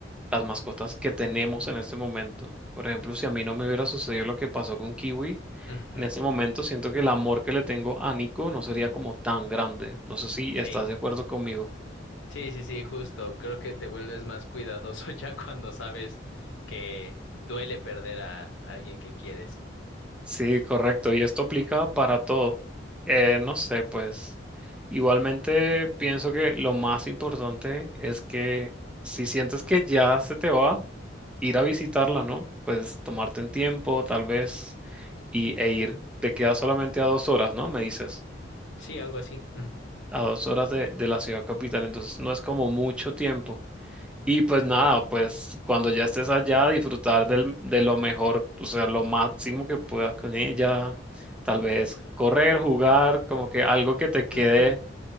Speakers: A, in the centre; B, on the left (about 85°).
A: las mascotas que tenemos en ese momento. Por ejemplo, si a mí no me hubiera sucedido lo que pasó con Kiwi,
B: Ujú,
A: en ese momento siento que el amor que le tengo a Nico no sería como tan grande. No sé si
B: Sí,
A: estás de acuerdo conmigo.
B: sí, sí, sí, justo. Creo que te vuelves más cuidadoso <laughs> ya cuando sabes que duele perder a alguien que quieres.
A: Sí, correcto. Y esto aplica para todo. Eh, no sé, pues igualmente pienso que lo más importante es que si sientes que ya se te va, ir a visitarla, ¿no? Pues tomarte un tiempo, tal vez, y, e ir. Te queda solamente a dos horas, ¿no? Me dices,
B: Sí, algo así.
A: a dos horas de, de la ciudad capital. Entonces no es como mucho tiempo. Y pues nada, pues cuando ya estés allá, disfrutar del- de lo mejor, o sea, lo máximo que puedas con ella, tal vez correr, jugar, como que algo que te quede
B: Ujú. <laughs>